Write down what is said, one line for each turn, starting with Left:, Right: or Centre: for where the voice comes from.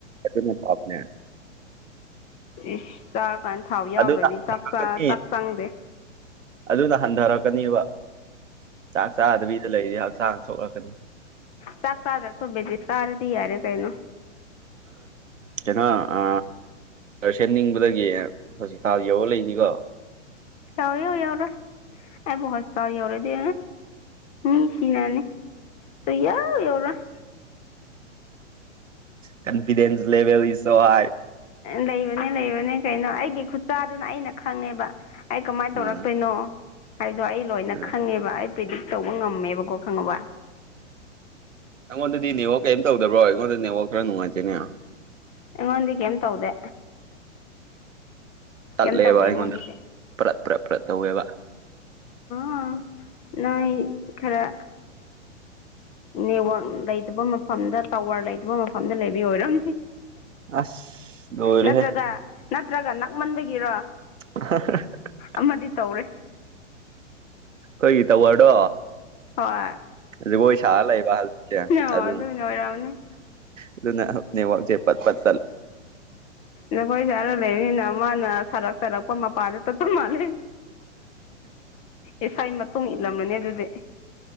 Right: ꯑꯗꯨꯅ ꯄꯕꯅꯦ
Left: ꯏꯁ ꯀꯥꯟ ꯊꯥꯎ ꯌꯥꯎꯗ꯭ꯔꯗꯤ
Right: ꯑꯗꯨꯅ ꯍꯟꯊꯔꯛꯀꯅꯤ
Left: ꯇꯥꯛ ꯆꯪꯗꯦ
Right: ꯑꯗꯨꯅ ꯍꯟꯊꯔꯛꯀꯅꯦꯕ ꯆꯥꯛ ꯆꯥꯗꯕꯤꯗ ꯂꯩꯔꯤ ꯍꯛꯆꯥꯡ ꯁꯣꯛꯂꯛꯀꯅꯤ
Left: ꯆꯥꯛꯀꯥꯗ ꯁꯨꯕꯦꯗꯤ ꯇꯥꯔꯗꯤ ꯌꯥꯔꯦ ꯀꯩꯅꯣ
Right: ꯀꯩꯅꯣ ꯑ ꯁꯦꯝꯅꯤꯡꯕꯗꯒꯤ ꯍꯧꯖꯤꯛꯇꯥꯥ ꯌꯧꯔ ꯂꯩꯅꯤꯀꯣ
Left: ꯆꯧꯔꯤ ꯑꯣꯏꯏ ꯑꯣꯅ ꯑꯕꯣ ꯍꯁꯇꯥꯔ ꯌꯥꯧꯎꯔꯗꯤ ꯃꯤꯁꯤꯅꯅꯤ ꯁꯌꯥꯣ year <inaudible>
Right: confidence level so high
Left: ꯂꯩꯕꯅꯦ ꯂꯩꯕꯅꯦ ꯀꯩꯅꯣ ꯑꯩꯒꯤ ꯈꯨꯠꯆꯥꯗꯨꯅ ꯑꯩꯅ ꯈꯪꯉꯦꯕ ꯑꯩ ꯀꯃꯥꯏꯅ ꯇꯧꯔꯛꯇꯣꯏꯅꯣ
Right: ꯎꯝ
Left: ꯍꯥꯏꯗꯣ ꯑꯩ ꯂꯣꯏꯅ
Right: ꯎꯝ
Left: ꯈꯪꯉꯦꯕ ꯑꯩ ꯄ꯭ꯔꯤꯗꯤꯛ ꯇꯧꯕ ꯉꯝꯃꯦꯕꯀꯣ ꯈꯪꯉꯕ
Right: ꯅꯪꯉꯣꯟꯗꯗꯤ ꯅꯦꯠꯋꯥꯛ ꯀꯔꯤꯝ ꯇꯧꯗꯕ꯭ꯔꯣ ꯑꯩꯉꯣꯟꯗ ꯅꯦꯠꯋꯥꯛ ꯈꯔ ꯅꯨꯡꯉꯥꯏꯇꯦꯅꯦ
Left: ꯑꯩꯉꯣꯟꯗꯤ ꯀꯩꯝ ꯇꯧꯗꯦ
Right: ꯇꯠꯂꯦꯕ
Left: ꯀꯩꯝ ꯇꯧꯗꯦ
Right: ꯑꯩꯉꯣꯟꯗ
Left: ꯑꯩꯉꯣꯟꯗꯗꯤ
Right: ꯄ꯭ꯔꯠ ꯄ꯭ꯔꯠ ꯄ꯭ꯔꯠ ꯇꯧꯋꯦꯕ
Left: ꯑ ꯅꯣꯏ ꯈꯔ ꯅꯦꯠꯋꯛ ꯂꯩꯇꯕ ꯃꯐꯝꯗ ꯇꯋꯔ ꯂꯩꯇꯕ ꯃꯐꯝꯗ ꯂꯩꯕ ꯑꯣꯏꯔꯝꯅꯦ
Right: ꯑꯁ ꯂꯣꯏꯔꯦꯍꯦ
Left: ꯅꯠꯇ꯭ꯔꯒ ꯅꯠꯇ꯭ꯔꯒ ꯅꯛꯃꯟꯕꯒꯤꯔꯣ
Right: <unintelligible>
Left: ꯑꯃꯗꯤ ꯇꯧꯔꯦ
Right: ꯑꯩꯈꯣꯢ ꯇꯥꯋꯔꯗꯣ
Left: ꯍꯣꯏ
Right: ꯖꯒꯣꯏ ꯁꯥ ꯂꯩꯕꯥ ꯍꯧꯖꯤꯛꯁꯦ
Left: ꯑꯣ
Right: ꯑꯗꯨꯅ
Left: ꯑꯣꯏꯔꯝꯅꯤ
Right: ꯑꯗꯨꯅ ꯅꯦꯠꯋꯥꯛ ꯁꯦ ꯄꯥꯠ ꯄꯥꯠ
Left: ꯖꯒꯣꯏ ꯁꯔꯒꯥ ꯂꯩꯔꯦꯅ ꯃꯅ ꯁꯔꯛ ꯁꯔꯛꯄ ꯃꯄꯥꯗ ꯇꯥꯠꯕ ꯃꯥꯜꯂꯦ ꯏꯁꯥꯩ ꯃꯇꯨꯡ ꯏꯠꯂꯝꯂꯅꯤ ꯑꯗꯨꯗꯤ